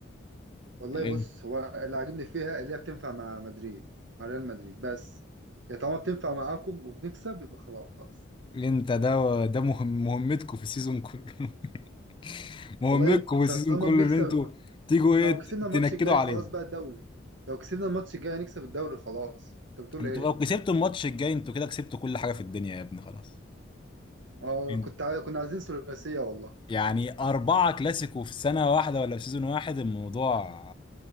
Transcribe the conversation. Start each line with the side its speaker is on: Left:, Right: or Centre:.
Right: والله
Left: الان
Right: بص هو اللي عاجبني فيها اللي هي بتنفع مع مدريد مع ريال مدريد بس يا طالما بتنفع معاكم وبنكسب يبقى خلاص
Left: انت ده ده مهم مهمتكم في السيزون كله <laughs> مهمتكم
Right: والله
Left: في السيزون
Right: طالما
Left: كله
Right: بنكسب
Left: ان انتوا تيجوا
Right: احنا
Left: ايه
Right: لو كسبنا الماتش
Left: تنكدوا
Right: الجاي
Left: علينا
Right: خلاص بقى الدوري لو كسبنا الماتش الجاي هنكسب الدوري خلاص انت بتقول
Left: انتوا
Right: ايه
Left: لو كسبتوا الماتش الجاي انتوا كده كسبتوا كل حاجه في الدنيا يا ابني خلاص
Right: اه
Left: إن-
Right: كنت عاي... كنا عايزين ثلاثية والله
Left: يعني اربعه كلاسيكو في سنه واحده ولا في سيزون واحد الموضوع